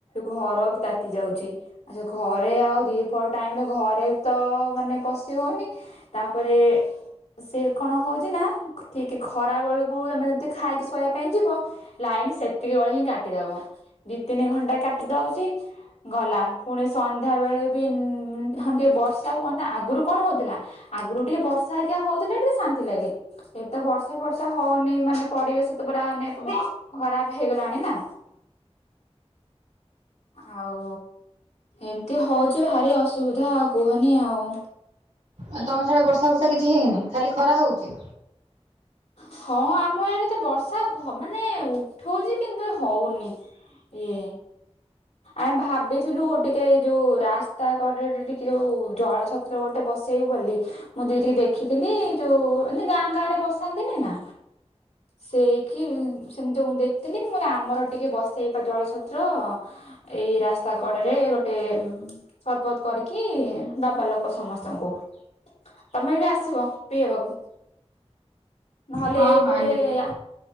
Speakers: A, on the left; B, on the right.
A: ଘର ତାତି ଯାଉଚି। ଆଛା, ଘରେ ଆଉ ଦି ପହର ଟାଇମ୍ ରେ ଘରେ ତ ମାନେ ପଶି ହଉନି। ତାପରେ ସେ କଣ ହଉଛି ନା, ଠିକ୍ ଖରା ବେଳକୁ ତମେ ଯଦି ଖାଇକି ଶୋଇବା ପାଇଁ ଯିବ! ଲାଇନ ସେତିକି ବେଳେ ହିଁ କାଟିଦବ। ଦି ତିନି ଘଣ୍ଟା କାଟି ଦଉଛି। ଗଲା ପୁଣି ସନ୍ଧ୍ୟା ବେଳେ ବିନ୍-ଇ ହଁ, ଟିକେ ବସ୍ କଣତା ଆଗରୁ କଣ ହଉଥିଲା, ଆଗରୁ ଟିକେ ବର୍ଷା ହାରିକା ହଉଥିଲା ଟିକେ ଶାନ୍ତି ଲାଗେ। ଏବେ ତ ବର୍ଷା ଫର୍ଷା ହଉନି ମାନେ ପରିବେଶ ତ ପୁରା ମାନେ ଖରାପ ହେଇଗଲାଣି ନା। ଆଉ, ଏମିତି ହଉଛି ଭାରି ଅସୁବିଧାଉ କୁହନି ଆଉ।
B: ଆଉ ତମ ସିଆଡେ ବର୍ଷା ବର୍ଷା କିଛି ହେଇନି? ଖାଲି ଖରା ହଉଛି।
A: ହଁ, ଆମ ଇଆଡ଼େ ତ ବର୍ଷା ହ ମାନେ ଉଠଉଛି, କିନ୍ତୁ ହଉନି। ଇଁ ଆମେ ଭାବ ବି ଥିଲୁ, ଟିକେ ଯୋଉ ରାସ୍ତା। ତତଟ ଟିକେ ଯୋଉ ଜଳ ଛତ୍ର ଗୋଟେ ବସେଇବୁ ବୋଲି। ମୁଁ ଦି ଟିକେ ଦେଖିଥିଲି। ଯୋଉ ମାନେ ଗାଁ, ଗାଁ ରେ ବସାନ୍ତିନି ନା, ସେଇକି ସେମିତି ଯୋଉ ଦେଖିଥିଲି ବ ଆମର ଟିକେ ବସେଇବା ଜଳଛତ୍ର ଅ। ଏଇ ରାସ୍ତା କଡରେ ଗୋଟେ ସରବତ କରିକି ଦବା ଲୋକ ସମସ୍ତଙ୍କୁ। ତମେ ବି ଆସିବ ପିଇବାକୁ। ନହେଲେ
B: ହଁ
A: ଏଇପଟେ
B: ହଁ ଯିବି।
A: ଏ ଆ